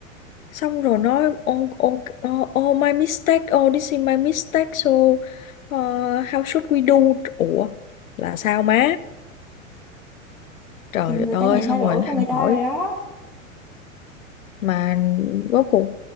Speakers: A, on the left; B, in the centre.
A: xong rồi nói oh, oh, oh, oh my mistake oh this is my mistake so uh, how should we do ủa là sao má trời
B: thì người
A: ơi
B: ta nhận
A: xong
B: ra lỗi
A: rồi nó
B: của
A: hay
B: người ta
A: hỏi
B: rồi đó
A: mà rốt cuộc